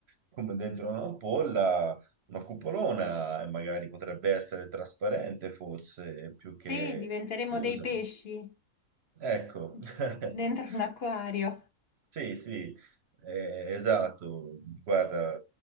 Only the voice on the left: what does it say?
Sì, diventeremo
dei pesci
<laughs> dentro un acquario.